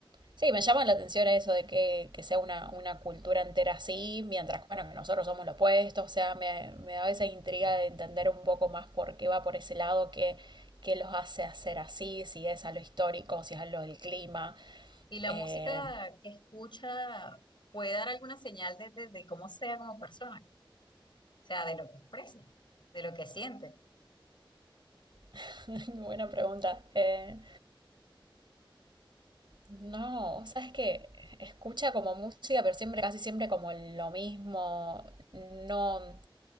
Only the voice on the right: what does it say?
sí, me llama la atención eso de que, que sea una, una cultura entera así, mientras, bueno, que nosotros somos lo opuesto, o sea, me, me da esa intriga de entender un poco más por qué va por ese lado, qué, qué los hace hacer así, si es a lo histórico, si es a lo del clima.
Eh,
<laughs> buena pregunta. Eh, No, sabes que escucha como música, pero siempre, casi siempre como lo mismo. No,